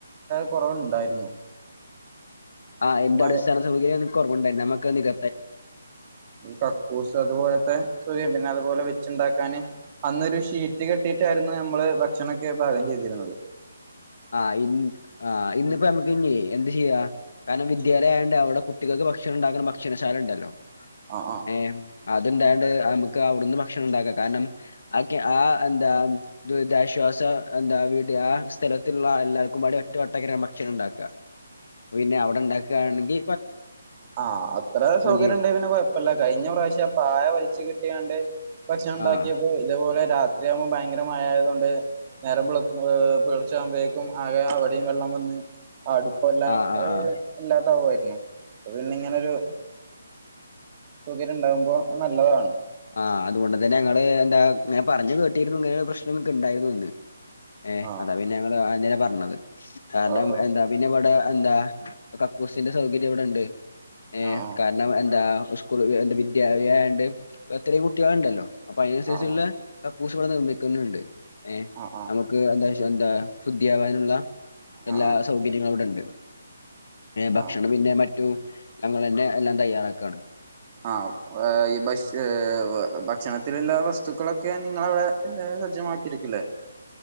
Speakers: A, on the right; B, on the left.
A: കുറവുണ്ടായിരുന്നു
B: ആ എന്ത്
A: മഴ
B: അടിസ്ഥാന സൗകര്യം കുറവുണ്ടായി നമക്ക് നിക
A: കക്കൂസ് അതുപോലത്തെ പിന്നെ അതുപോലെ വെച്ചുണ്ടാക്കാന് അന്നൊരു ഷീറ്റ് കെട്ടിട്ടായിരുന്നു നമ്മള് ഭക്ഷണൊക്കെ പാകം ചെയ്തി ഇരുന്നത്
B: ആ ഇന്ന് ആ ഇന്നിപ്പോ
A: ഉം
B: നമുക്ക് ഇനി എന്ത് ചെയ്യ കാരണം വിദ്യാലയം
A: ഉം
B: ആയോണ്ട് അവിടെ കുട്ട് കുട്ടികൾക്ക് ഭക്ഷണം ഉണ്ടാക്കുന്ന ഭക്ഷണശാല ഉണ്ടല്ലോ
A: ആഹ് ആഹ്
B: ഏ അതുണ്ടായോണ്ട്
A: ഉം
B: നമ ക്കവിടുന്ന് ഭക്ഷണം ഉണ്ടാക്കാം കാരണം ആ ക്യാ ആ എന്താ ദുരിതാശ്വാസ എന്താ വീടി ആ സ്ഥല ത്തുള്ള എല്ലാവർക്കുംപാടെ ഒറ്റ വട്ടക്കര ഭക്ഷണം ഉണ്ടാക്കുക പിന്നെ അവിടെ ഉണ്ടാക്കുകാണെങ്കി
A: ആ അത്ര സൗകര്യമുണ്ടെ
B: ചെയ്യും
A: പിന്നെ കൊഴപ്പില്ല കഴിഞ്ഞ പ്രാവശ്യം പായ വലിച്ചു കെട്ടിയോണ്ട് ഭക്ഷണം ഉണ്ടാക്കിയപ്പോ
B: ആഹ്
A: ഇതേപോലെ രാത്രിയാകുമ്പോൾ ഭയങ്കര മഴയായതു കൊണ്ട് നേരംവെളുക്കുമ്പോ പുലർച്ചയാകുമ്പോഴേക്കും ആകെ അവിടെയും വെള്ളം വന്ന് അടുപ്പെല്ലാം
B: ആഹ് ആഹ്
A: ഉം
B: ആഹ്
A: ഇല്ലാതാവുവായിരുന്നു. പിന്നെ ഇങ്ങനൊരു സൗകര്യം ഉണ്ടാവുമ്പോ അത് നല്ലതാണ്
B: ആ അതുകൊണ്ട് തന്നെ ഞങ്ങള് എന്താ പറഞ്ഞു കേട്ടിരുന്നു ഇങ്ങനെ പ്രശ്നങ്ങക്കെ ഉണ്ടായിരുന്നു എന്ന് ഏ
A: ആഹ്
B: അതാ പിന്നെ ഞങ്ങൾ അന്നരെ പറഞ്ഞത് കാരണം
A: ഓ ഓ
B: എന്താ പിന്നെ ഇവിടെ എന്താ കക്കൂസിന്റെ സൗകര്യം ഇവിടുണ്ട് ഏ
A: ആഹ്
B: കാരണം എന്താ സ്കൂൾ എൻറ് വിദ്യാലയമാണ്ട് എത്രയും കുട്ടികളുണ്ടല്ലോ അപ്പൊ അതിനനുസരിച്ചുള്ള
A: ആഹ്
B: ക ക്കൂസുകൾ നിർമ്മിക്കുന്നുണ്ട് ഏ
A: ആഹ് ആഹ്
B: നമുക്ക് എന്താ എന്താ ശുദ്ധിയാ വാനുള്ള
A: ആഹ്
B: എല്ലാ
A: ആഹ്
B: സൗകര്യങ്ങളും അവിടെ ഉണ്ട് ഭക്ഷണം
A: ആഹ്
B: പിന്നെ മറ്റും ഞങ്ങൾ തന്നെ എല്ലാം തയ്യാറാക്കാണ്
A: ആ എ ഈ ഭക്ഷ ഭക്ഷണത്തിലുള്ള വസ്തുക്കളൊക്കെ നിങ്ങളവിടെ സജ്ജമാക്കിയിരിക്കില്ലേ?